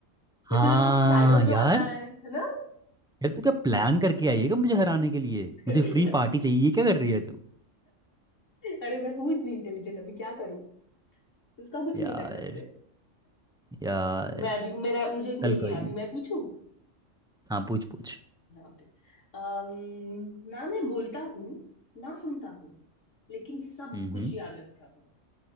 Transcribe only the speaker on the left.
या
फिर जो शैडो
जो आता है है ना
अरे
यार
अरे मैं हूँ इतनी इंटेलिजेंट अभी क्या करूँ उसका कुछ
नहीं कर सकते
मैं अभी मेरा मुझे एक
मिल
गया अभी
मैं पूछूं
हाँ, okay. अम्म, ना मैं बोलता हूँ ना सुनता हूँ लेकिन सब
कुछ याद रखता हूँ